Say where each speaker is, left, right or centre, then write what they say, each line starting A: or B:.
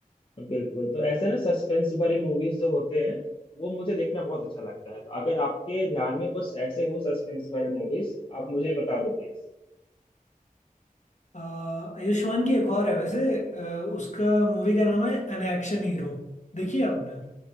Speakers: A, on the left; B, on the left.
A: बिल्कुल तो ऐसे ना सस्पेंस भरे मूवीज जो होते हैं वो मुझे देखना बहुत अच्छा लगता है तो अगर आपके ध्यान में कुछ ऐसे हो सस्पेंस भरे मूवीज आप मुझे बता दो प्लीज
B: आ, आयुष्मान की एक और है वैसे आ, उसका मूवी का नाम है एन एक्शन हीरो देखिए आपने